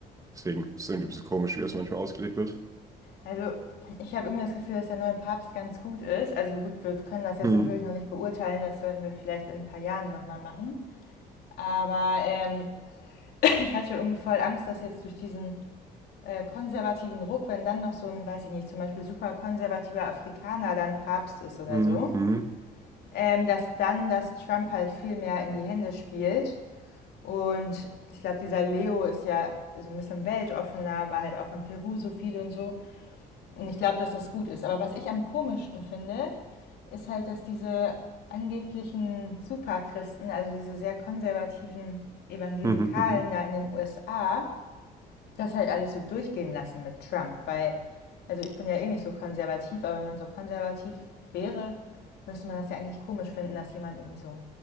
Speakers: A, on the right (about 20°); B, on the left (about 75°).
A: Deswegen ist es irgendwie ein bisschen komisch, wie das manchmal ausgelegt wird.
B: Also ich habe irgendwie das Gefühl, dass der neue Papst ganz gut ist. Also gut, wir können das jetzt
A: Hm,
B: natürlich noch nicht beurteilen, das werden wir vielleicht in ein paar Jahren nochmal machen. Aber ähm, Ich hatte irgendwie voll Angst, dass jetzt durch diesen äh, konservativen Ruck, wenn dann noch so ein, weiß ich nicht, zum Beispiel super konservativer Afrikaner dann Papst ist oder
A: hm,
B: so,
A: hm.
B: ähm, dass dann das Trump halt viel mehr in die Hände spielt. Und ich glaube, dieser Leo ist ja so ein bisschen weltoffener, war halt auch in Peru so viel und so. Und ich glaube, dass das gut ist. Aber was ich am komischsten finde, ist halt, dass diese angeblichen Superchristen, also diese sehr konservativen Evangelikalen
A: Mhm, mhm.
B: da in den USA, das halt alles so durchgehen lassen mit Trump, weil, also ich bin ja eh nicht so konservativ, aber wenn man so konservativ wäre, müsste man das ja eigentlich komisch finden, dass jemand irgendwie so